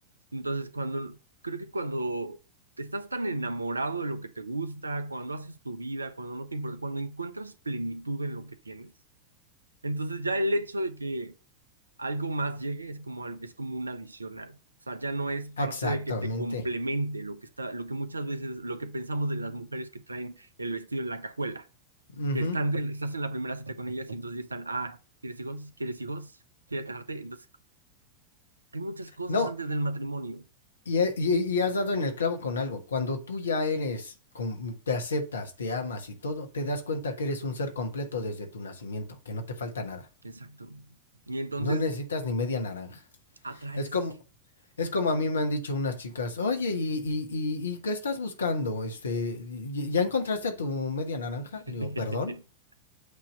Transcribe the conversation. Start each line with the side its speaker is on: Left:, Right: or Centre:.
Right: Entonces, cuando, creo que cuando estás tan enamorado de lo que te gusta, cuando haces tu vida, cuando no te importa, cuando encuentras plenitud en lo que tienes, entonces ya el hecho de que algo más llegue es como, al- es como un adicional. O sea, ya no es parte
Left: Exactamente.
Right: de que te complemente lo que está, lo que muchas veces, lo que pensamos de las mujeres que traen el vestido en la cajuela
Left: Ujú.
Right: que están de- estás en la primera cita con ellas y entonces ya están, ah, ¿quieres hijos? ¿Quieres hijos? ¿Quieres casarte? Entonces, hay muchas cosas
Left: No,
Right: antes del matrimonio.
Left: Y, eh, y- y has dado en el clavo con algo. Cuando tú ya eres, com- te aceptas, te amas y todo, te das cuenta que eres un ser completo desde tu nacimiento, que no te falta nada.
Right: Exacto. Y entonces,
Left: No necesitas ni media naranja.
Right: atraes.
Left: Es como, es como a mí me han dicho unas chicas, oye, ¿y, y- y- y qué estás buscando? Este, ¿y- ¿ya encontraste a tu media naranja?
Right: <laughs>
Left: Le digo, perdón.